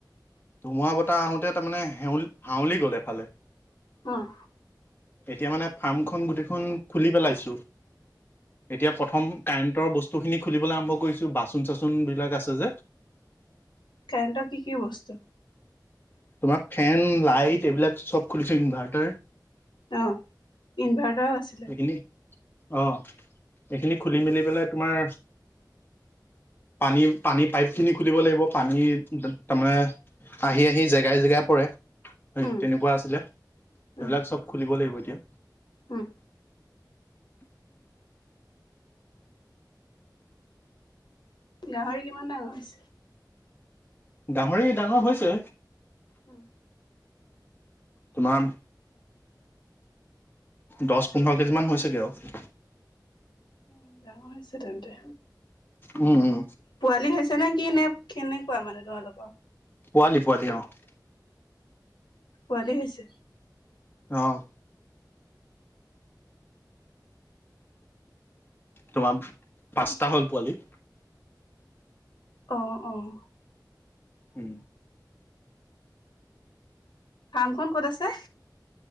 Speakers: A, on the left; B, on the left.
A: ধুমুহা বতাহ আহোঁতে তাৰমানে হাউলি হাউলি গ'ল এফালে।
B: উম
A: এতিয়া মানে ফাৰ্মখন গোটেইখন খুলি পেলাইছোঁ। এতিয়া প্ৰথম কাৰেন্টৰ বস্তু খিনি খুলিবলৈ আৰম্ভ কৰিছো বাচন চাচন বিলাক আছে যে
B: কাৰেন্টৰ কি কি বস্তু?
A: তোমাৰ ফেন লাইট এইবিলাক চব খুলিছোঁ ইনভাৰ্টাৰ -
B: অ ইনভাৰ্টাৰো আছিলে
A: এইখিনি অ এইখিনি খুলি মেলি পেলাই তোমাৰ পানী পানী পাইপ খিনি খুলিব লাগিব পানী তাৰমানে আহি আহি জেগাই জেগাই পৰে সে
B: উম,
A: তেনেকুৱা আছিলে সেইবিলাক
B: উম,
A: চব খুলিব লাগিব এতিয়া
B: উম। গাহৰি কিমান ডাঙৰ হৈছে?
A: গাহৰি ডাঙৰ হৈছে।
B: উম।
A: তোমাৰ দহ পোন্ধৰ কেজি মান হৈছেগে আৰু।
B: অ ডাঙৰ হৈছে তেন্তে।
A: উম, উম।
B: পোৱালি হৈছে নে কি নে কেনেকুৱা মানে তোমালোকৰ?
A: পোৱালি পোৱালি অঁহ।
B: পোৱালি হৈছে।
A: অহ। তোমাৰ পাঁচটা হ'ল পোৱালি।
B: অহ, অহ।
A: উ'ম।
B: ফাৰ্মখন ক'ত আছে?